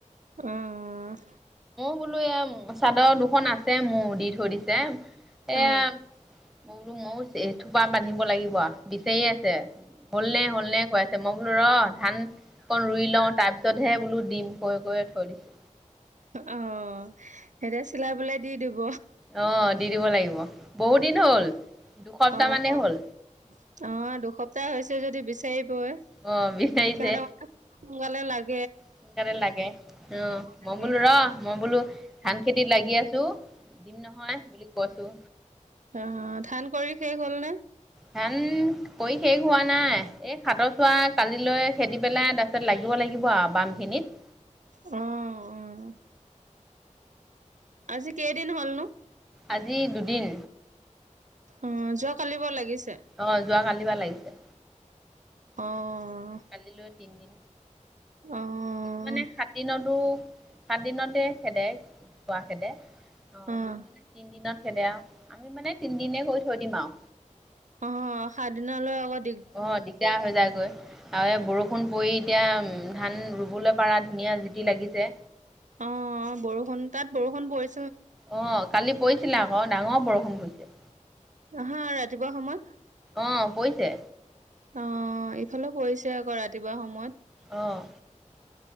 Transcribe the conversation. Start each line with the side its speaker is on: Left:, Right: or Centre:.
Right: অ',
Centre: ফুলো এ চাদৰ দুখন আছে মোৰ দি থৈ দিছে এয়া
Right: অ অ
Centre: মই বোলো ময়ো থোপা বান্ধিব লাগিব আ বিচাৰি আছে। হ'লনে- হ'লনে কৈ আছে মই বোলো ৰ'ধান অকণ ৰুই লওঁ তাৰ ছতহে বোলো ডিম কৈ কৈ থৈ দিছো।
Right: অহ, এতিয়া চিলাই পেলাই দি দিব।
Centre: অহ, দি দিব লাগিব। বহুত দিন হ'ল দুসপ্তাহ
Right: অহ <unintelligible> অহ
Centre: মানেই হ'ল
Right: - অহ দুসপ্তাহ হৈছে যদি বিচাৰি বই
Centre: অ' বিচাৰিছে
Right: সিহতক <unintelligible> সোনকালে লাগ
Centre: সোনকালে লাগে অহ
Right: লাগে।
Centre: মই বোলো ৰহ মই বোলো ধান খেতিত লাগি আছো। দিম নহয় বুলি কৈছোঁ।
Right: অহ, ধান কৰি শেষ হল নে?
Centre: ধান কৰি শেষ হোৱা নাই এই সাতৰ চোৱা কালিলৈ খেদি পেলাই তাৰ পিছত লাগিব লাগে গিব আও বাম খিনত।
Right: অহ, উম। আজি কেদিন হল নো?
Centre: আজি দুদিন।
Right: অহ, যোৱা কালি পৰা লাগিছে।
Centre: অহ, যোৱা কালিৰ পৰা লাগিছে।
Right: অহ
Centre: কালিলৈ তিনিদিন।
Right: অ',
Centre: কিছুমানে সাত দিনতো, সাত দিনতে খেদে। খোৱা খেদে অহ
Right: অ',
Centre: কিছুমানে তিন দিনত খেদে আৰু আমি মানে তিনদিনে কৰি থৈ দিম আৰু।
Right: অহ, সাত দিন লৈ আগত
Centre: অ দিগদাৰ হৈ যায়গৈ। আৰু এই বৰষুণ পৰি এতিয়া ধান ৰুবলৈ পাৰা ধুনীয়া জুতি লাগিছে।
Right: অ বৰষুণ তাত বৰষুণ পৰি।
Centre: অ কালি পৰিছিলা আকৌ ডাঙৰ বৰষুণ পৰিছে।
Right: অহা ৰাতিপুৱা সময়ত।
Centre: অ পৰিছে।
Right: অ ইফালে পৰিছে আকৌ ৰাতিপুৱা সময়ত।
Centre: অঁ।